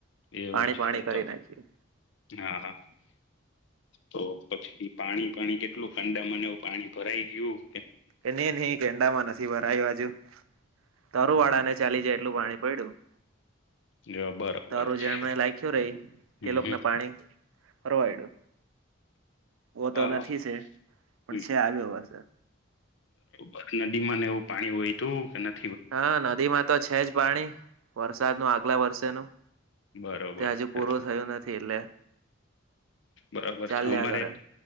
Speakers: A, on the left; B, on the right.
A: એવું
B: પાણી
A: છે
B: પાણી કરી
A: તો,
B: નાખ્યું
A: હા, હા તો પછી પાણી પાણી કેટલું ખાંડાંમાં ને એવું પાણી ભરાઈ ગ્યું
B: એ, ને, ને કેન્ડામાં ન થી વારયુ આજુ તરુ વાળા ને ચાલી જાય એટલું પાણી પડ્યું
A: જો બરોબર
B: તરું
A: છે
B: જેમને લાયખ્યું રેય
A: હમ
B: તે લોકોને
A: હમ
B: પાણી ફરવાયડ્યું, ઓ
A: હા
B: તો નથી છે પણ
A: હમ
B: છે આવ્યો વરસાદ
A: પછી નદી માં ને એવું પાણી વાયધૂ કે નથ
B: હા, નદી માં તો છે જ પાણી વરસાદ નું આગ આગલા વર્ષેનું
A: બરોબર,
B: તે હજુ
A: હે
B: પૂરું થયું નથી એટલે
A: બરોબર
B: ચાલ્યા
A: છે, અમારે
B: કરે